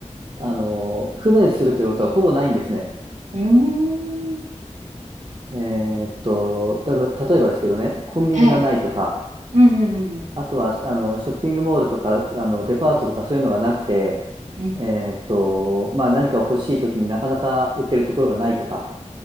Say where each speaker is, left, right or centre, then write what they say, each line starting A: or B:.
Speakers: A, on the right; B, on the right.
A: あの、不便するということはほぼないんですね。
B: うーん、
A: えーっと、たと、例えばですけどね、コンビニがないとか、
B: はい。うん、うん、うん、
A: あとは、あの、ショッピングモールとか、あの、デパートとかそういうのがなくて、
B: うん。うん
A: えーっと、まあ、何かを欲しいときになかなか売ってるところがないとか、